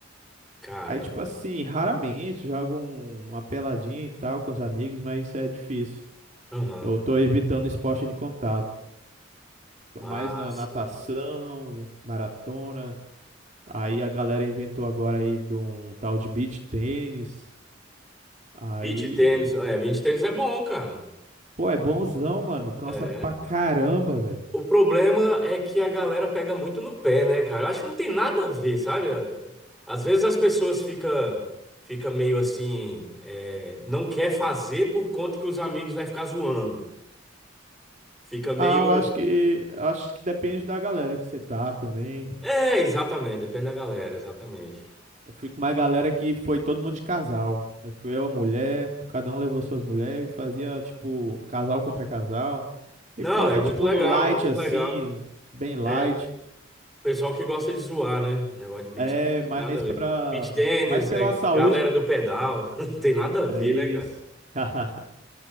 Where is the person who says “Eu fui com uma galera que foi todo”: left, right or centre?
Right